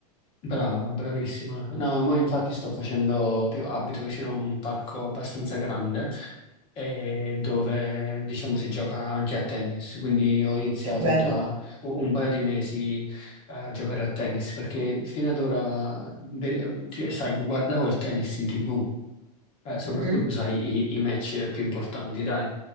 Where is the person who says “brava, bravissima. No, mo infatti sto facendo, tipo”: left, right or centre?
Left